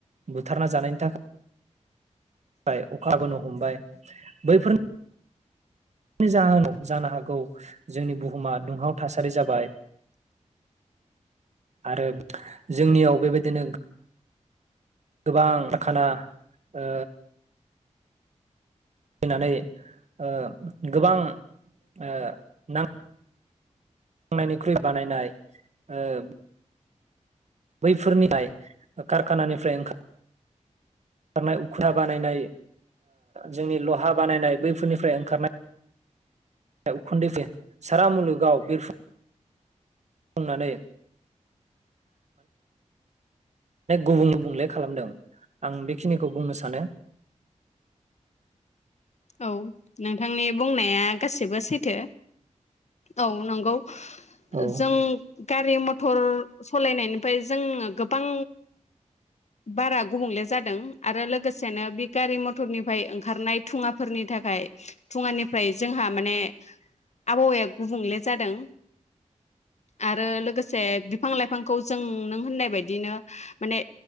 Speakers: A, on the right (about 60°); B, on the left (about 60°).
A: बुथारना जानायनि थाखाय अखा बोनो हमबाय बैफोरनि ज जानो हागौ जोंनि बुहुमा दुंहाव थासारि जाबाय आरो जोंनियाव बेबायदिनो गोबांखाना ओ फैनानै ओ गोबां ओ नां थांनायनिख्रुइ बानायनाय ओ बैफोरनिफ्राय कारखानानिफ्राय ओंखार ओंखारनाय उखु बानायनाय जोंनि लहा बानायनाय बैफोरनिफ्राय ओंखारनाय उखुन्दै सारा मुलुगाव बिरफुंनानै गुबुं गुबुंले खालामदों आं बेखिनिखौ बुंनो सानो।
B: औ नोंथांनि बुंनाया गासिबो सैथो औ नंगौ।
A: औ
B: जों गारि मथर मटर सालायनायनिफ्राय जोङो गोबां बारा गुबुंले जादों आरो लोगोसेनो बे गारि मटरनिफ्राय ओंखारनाय थुङाफोरनि थाखाय थुङानिफ्राय जोंहा माने आबहावाया गुबुंले जादों आरो लोगोसे बिफां लाइफांखौ जों नों होननाय बायदिनो माने